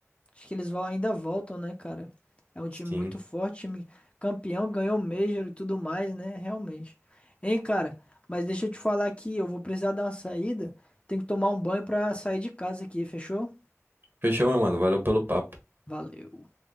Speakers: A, on the left (about 25°); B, on the right (about 45°).
A: Acho que eles vão, ainda voltam, né, cara? É um time
B: Sim.
A: muito forte, time campeão, ganhou o Major e tudo mais, né? Realmente. Hein, cara? Mas deixa eu te falar aqui, eu vou precisar dar uma saída. Tenho que tomar um banho pra sair de casa aqui, fechou?
B: Fechou, meu mano. Valeu pelo papo.
A: Valeu.